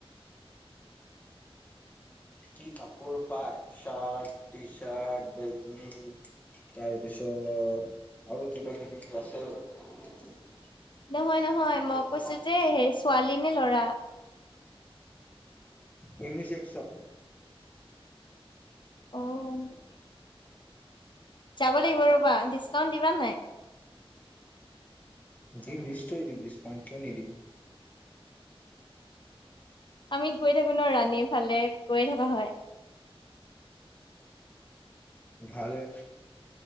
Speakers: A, on the left; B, on the left.
A: কি কাপোৰ পায়? চাৰ্ট, টি-চাৰ্ট, বেগী তাৰপিছত, আৰু কিবা কিবি তাৰপিছত
B: নহয় নহয়, মই কৈছো
A: তোমাক
B: যে, সেই ছোৱালী নে লৰা?
A: ইউনিচেক্স সব।
B: অ'। যাব লাগিব ৰ'বা, ডিচকাউন্ট দিবা নাই?
A: দিম নিশ্চয় দিম ডিছকাউণ্ট, কিয় নিদিম?
B: আমি গৈ গৈ থাকো ন ৰাণীৰ ফালে, গৈয়ে থকা হয়।
A: ভালেই